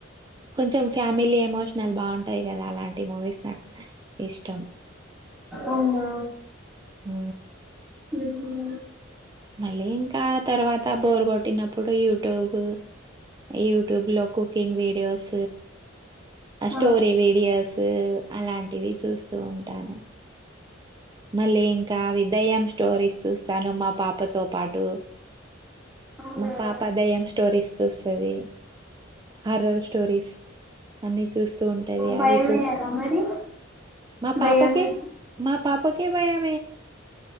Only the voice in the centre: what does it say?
అవునా
ఉమ్,
ఆ,
అవునా
భయమే
కదా మరి
భయాన్ని